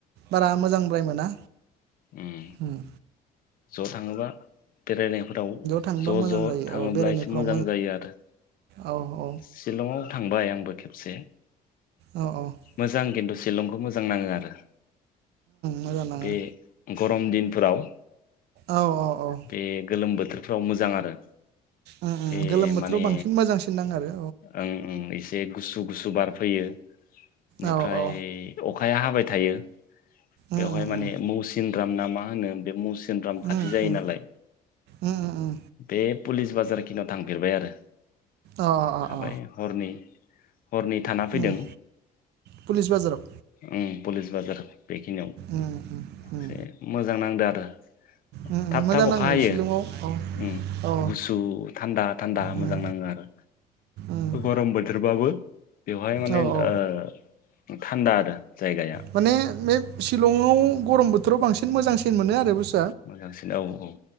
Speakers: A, on the right (about 80°); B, on the left (about 55°).
A: बारा मोजांद्राय मोना।
B: उम
A: होम
B: ज' थाङोबा बेरायनायफोराव
A: थांबा
B: ज'
A: मोजां
B: ज'
A: जायो
B: थाङोब्ला
A: औ बेरायनायफ्राव
B: एसे मोजां जायो आरो
A: औ औ
B: शिलंआव थांबाय आंबो खेब से
A: औ औ
B: मोजां खिन्थु शिलंखौ मोजां नाङो आरो
A: मोजां नाङो
B: बे गरम दिनफोराव
A: औ औ औ
B: बे गोलोम बोथ थोरफ्राव मोजां आरो
A: उम उम
B: बे
A: गोलोम बोथोराव
B: माने
A: बांसिन मोजांसिन नाङो आरो
B: ओं ओं एसे गुसु गुसु बार फैयो निफ्राय
A: औ औ
B: अखाया हाबाय थायो बेवहाय
A: उम उम
B: माने
A: उम
B: मौसिन राम ना मा होनो बे मौ सिनराम खाथि
A: उम
B: जायो
A: उम
B: नालाय
A: उम उम
B: बे पुलिस बाजारखिनियाव थांफेरबाय आरो
A: अ अ अ
B: थाबाय
A: अ
B: हरनै हरनै थाना फैदों
A: उम पुलिस बाजाराव
B: उम पुलिस बाजार बेखिनियाव
A: उम उम उम
B: एसे मोजां नांदो आरो
A: उम
B: थाब
A: उम मोजां
B: थाब अखा
A: नाङो
B: हायो
A: शिलंआव औ
B: उम
A: औ
B: गुसु थान्दा थान्दा मोजां
A: उम
B: नाङो आरो
A: उम
B: गरम बोथोरबा बाबो बेवहाय माने
A: औ
B: ओ
A: औ
B: थान्दा आरो जायगाया
A: माने बे शिलंआव गरम बोथोराव बांसि न मोजांसिन मोनो आरो बुस
B: मोजांसिन औ औ।